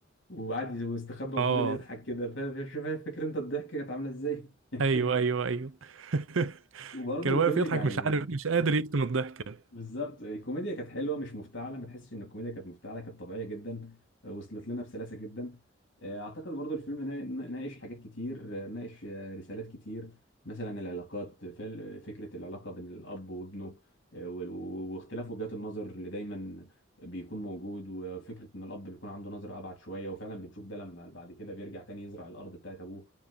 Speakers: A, on the left; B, on the right.
A: وقعد يستخبى وفضل
B: اه
A: يضحك كده فا- فا- شوف فاكر أنت الضحكة كانت عاملة إزاي <laughs>
B: ايوه ايوه ايوه <laughs>
A: وبرضو
B: كان
A: الفيلم
B: واقف يضحك
A: يعني
B: مش عارف مش قادر يكتم الضحكه
A: بالظبط الكوميديا كانت حلوه مش مفتعله ما تحسش ان الكوميديا كانت مفتعله كانت طبيعيه جدا آه، وصلت لنا بسلاسه جدا آه، اعتقد برضو الفيلم نا- ناقش حاجات كتير آه، ناقش آه، رسالات كتير مثلا العلاقات فل- فكره العلاقه بين الاب وابنه وال- واختلاف وجهات النظر اللي دايما بيكون موجود وفكره ان الاب بيكون عنده نظره ابعد شويه وفعلا بنشوف ده لما بعد كده بيرجع تاني يزرع الارض بتاعت ابوه